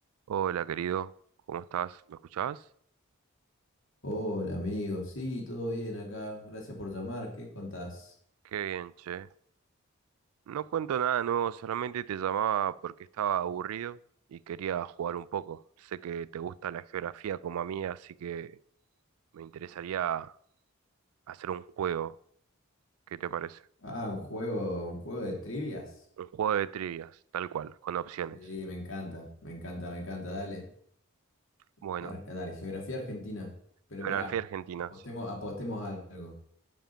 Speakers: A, on the right (about 80°); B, on the left (about 60°).
A: Hola querido, ¿cómo estás? ¿Me escuchás?
B: Hola amigo, sí, todo bien acá. Gracias por llamar. ¿Qué contás?
A: Qué bien, che. No cuento nada nuevo, solamente te llamaba porque estaba aburrido y quería jugar un poco. Sé que te gusta la geografía como a mí, así que me interesaría hacer un juego. ¿Qué te parece?
B: Ah, un juego, un juego de trivias.
A: Un juego de trivias, tal cual, con opciones.
B: Sí, me encanta, me encanta, me encanta. Dale,
A: Bueno,
B: Ar- dale, geografía argentina. Pero
A: geografía
B: pará,
A: argentina,
B: apostemos,
A: sí.
B: apostemos algo.